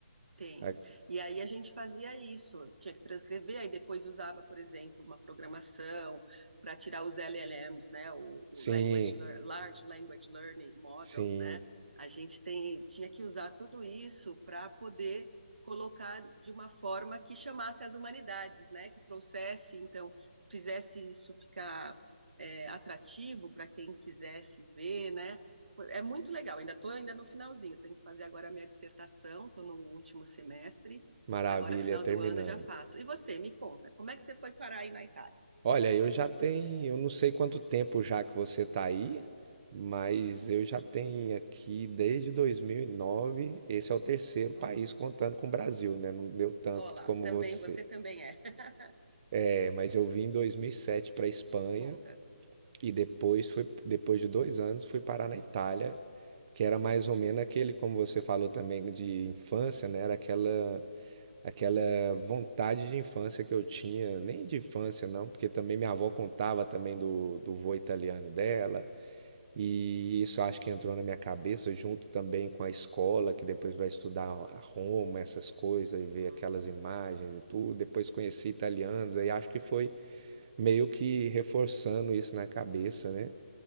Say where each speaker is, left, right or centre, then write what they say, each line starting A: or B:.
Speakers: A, on the right; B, on the right.
A: Tem.
B: A-
A: E aí a gente fazia isso, tinha que transcrever, aí depois usava, por exemplo, uma programação para tirar os LLMs, né, o, o
B: Sim,
A: Language Lear- Large Language Learning Model,
B: sim,
A: né? A gente tem, tinha que usar tudo isso para poder colocar de uma forma que chamasse as humanidades, né, que trouxesse, então, fizesse isso ficar é, atrativo para quem quisesse ver, né? Foi- É muito legal, ainda estou ainda no finalzinho, tenho que fazer agora a minha dissertação, estou no último semestre,
B: maravilha,
A: agora final
B: terminando.
A: do ano eu já faço. E você, me conta, como é que você foi parar aí na Itália?
B: Olha, eu já tenho, eu não sei quanto tempo já que você tá aí, mas eu já tenho aqui desde 2009, esse é o terceiro
A: Olha,
B: país contando com o Brasil, né? Não deu tanto
A: olá,
B: como
A: também,
B: você.
A: você também é. <laughs>
B: É, mas eu vim em 2007 para Espanha.
A: Conta.
B: E depois foi, depois de dois anos, fui parar na Itália, que era mais ou menos aquele, como você falou também, de infância, né? Era aquela, aquela vontade de infância que eu tinha, nem de infância não, porque também minha avó
A: Uhum,
B: contava também do, do vô italiano dela, e isso acho que entrou na minha cabeça, junto também com a escola, que depois vai estudar a Roma, essas coisas, e ver
A: uhum,
B: aquelas imagens e tudo. Depois conheci italianos, aí acho que foi meio que reforçando isso na cabeça, né?